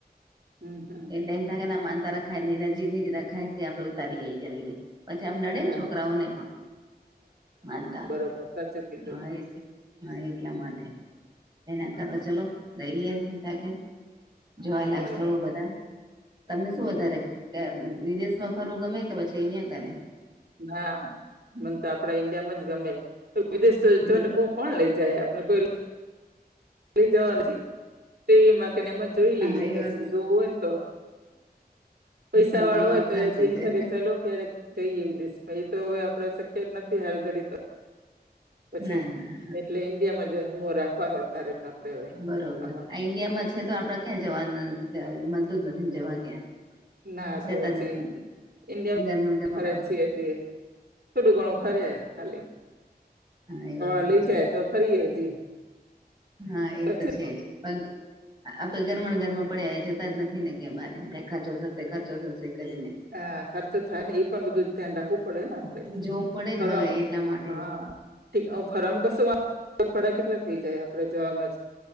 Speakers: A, on the right (about 70°); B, on the right (about 25°).
A: હમ હમ
B: એટલે એમ થાય કે ના માનતા રખાય નજીક ની જ રખાય કે આપણે ઉતારયે જલ્દી. પછી આમ નડે ને
A: હા
B: છોકરાઓને પણ માનતા.
A: તો <unintelligible>
B: હા એ જ હા એટલા માટે એને
A: હમ
B: કરતા
A: હમ
B: ચલો. રહીએ કે જોવા
A: હા
B: લાયક
A: બરોબર
B: સથળો બધા તમને
A: હમ
B: શું વધારે ત્યાં વિદેશમાં ફરુવુ ગમે કે પછી અહિયા ગમે.
A: ના મને તો આપણા ઈન્ડિયામાં જ ગમે તો વિદેશ તો જો
B: બરોબર
A: ને કોક કોણ લઈ જાય આપને કોઈ લય જવા નથી ટીવી માં કેને એમ જ જોઈ
B: હા
A: લઈએ
B: એ
A: કે
B: વાત
A: શું જોવું હોય ને તો પૈસા
B: હ
A: વાડા
B: એ
A: હોય
B: વાત
A: તો
B: સાચી
A: હજી એમ
B: છે
A: થાય કે ચલો ક્યારેક જઈ વિદેશ એ તો હવે આપડે શક્ય જ નથી હાલ ઘડી તો પછી
B: ના ના
A: એટલે ઈન્ડિયામાં જ મોહ રાખવાનો અત્યારે તો આપડે હવે
B: બરોબર.
A: આમાં.
B: આ ઈન્ડિયામાં છે તો આપડે ક્યાં જવાનું અ મળતું જ નથી જવા ક્યાં.
A: ના
B: જતા
A: તો પછી
B: જ નથી
A: ઇન્ડિયામાં
B: ઘરમાં ને ઘરમાં
A: ખર્ચયે
B: પણ
A: છે. થોડું ઘણું ફરયે ખાલી.
B: હા એ વાત
A: લય
B: સાચી
A: જાય તો ફરયે હજી.
B: હા એ
A: સાચું.
B: તો છે જ પણ આપે ઘર માં ને ઘર માં પડ્યા એ જતા જ નથી ને ક્યા બાર ત્યાં ખર્ચો થશે ખર્ચો થશે કરીને.
A: હા ખર્ચો થાય ને ઈ પણ બધું જ ધ્યાન રાખવું પડે ને આપડે.
B: જોવું પડે
A: ફરવા
B: ને હા
A: માં
B: એટલા માટે
A: હા. ઠીક હા ફરવા માં કશું ભાડા કેટલા થઈ જાય આપણે જવામાં જ